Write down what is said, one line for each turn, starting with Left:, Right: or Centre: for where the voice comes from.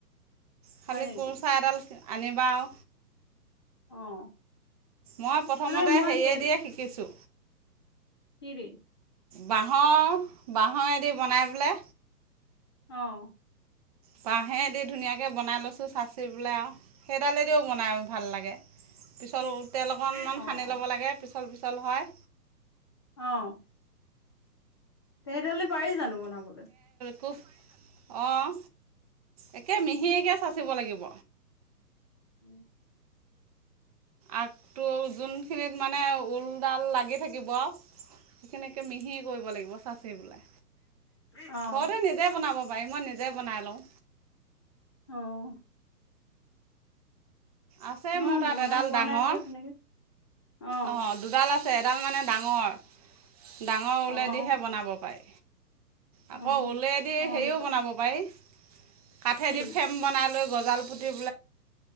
Right: খালি
Left: হয় নেকি?
Right: কল চা এডাল আনিবা আও।
Left: অ।
Right: মই প্ৰথমতে
Left: মানে মই
Right: সেইয়ে
Left: কে
Right: দিয়ে শিকিছোঁ।
Left: কি দি?
Right: বাঁহৰ বাঁহৰ এদি বনাই বোলে।
Left: অঁ।
Right: বাঁহে দি ধুনীয়াকে বনাই লৈছোঁ চাইচি বোলে আও। সেইডালেদিও বনাই ভাল লাগে। পিছল তেল অকনমান
Left: অ'
Right: সানি ল'ব লাগে, পিছল পিছ চলহায়
Left: আহ তেেতিয়াহ'লে পাৰি জানো বনাবলৈ
Right: কুফ অঁ একে মিহিকে
Left: উম,
Right: চাচিব লাগিব
Left: উম
Right: আগটো যোনখিনিত মানে ঊলডাল লাগি থাকিব সেইখিনিকে মিহি কৰিব লাগিব চাচি বোলে
Left: অ'
Right: ঘৰতে নিজে বনাব বাৰু মই নিজে বনাই লওঁ
Left: আহ
Right: আছে
Left: ম
Right: মোৰ তাত
Left: বনাই
Right: এডাল
Left: পোৱা
Right: ডাঙৰ
Left: নাই আ যে তেনেকে অ
Right: অঁ দুডাল আছে এডাল মানে ডাঙৰ ডাঙৰ
Left: অ'
Right: ওলেদিহে বনাব পাৰি আকৌ
Left: অ'
Right: ঊলেডী
Left: অ'
Right: হেৰিও
Left: দুটা
Right: বনাব পাৰি, কাঠেদি
Left: কি?
Right: ফ্ৰেম্ বনাই লৈ গজাল পুট <inaudible>